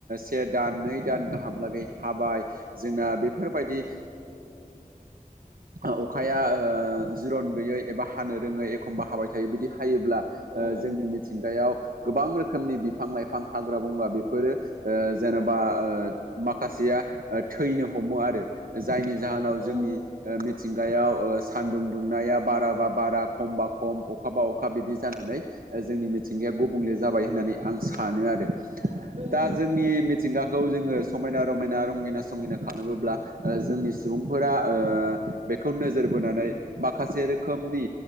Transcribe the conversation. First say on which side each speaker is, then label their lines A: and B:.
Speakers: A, on the right; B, on the right.
A: से दान नै दान गाहामलागै हाबाय जोंना बेफोरबायदि अखाया जिरन गैयै एबा हानो रोङै एखमबा हाबाय थायो बिदि थायोब्ला
B: उम
A: जोंनि मिथिंगायाव गोबां रोखोमनि बिफां लाइफां हाग्रा बंग्रा बेफोरो जेनेबा माखासेया थैनो हमो आरो जायनि जाहोनाव
B: उम
A: जोंनि मिथिंगायाव सानदुं दुंनाया बारा बा बारा खमबा खम अखाबा अखा बिदि जानानै जोंनि मिथिंगाया गुबुंले जाबाय होननानै आं सानो आरो
B: उम
A: दा जोंनि मिथिंगाखौ जोङो समायना रमायना रंगिना संगिना खालामोब्ला जोंनि सुबुंफोरा बेखौ नोजोर बोनानै माखासे रोखोमनि